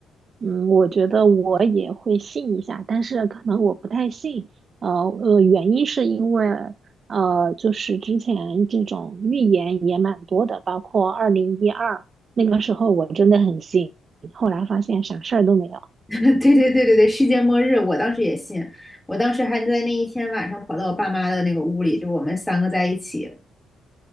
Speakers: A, on the right (about 50°); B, in the centre.
A: 嗯，我觉得我也会信一下，但是可能我不太信。呃呃，原因是因为呃，就是之前这种预言也蛮多的，包括二零一二那个时候，我真的很信，后来发现啥事儿都没有。
B: <laughs> 对对对对对，世界末日，我当时也信。我当时还在那一天晚上跑到我爸妈的那个屋里，就我们三个在一起，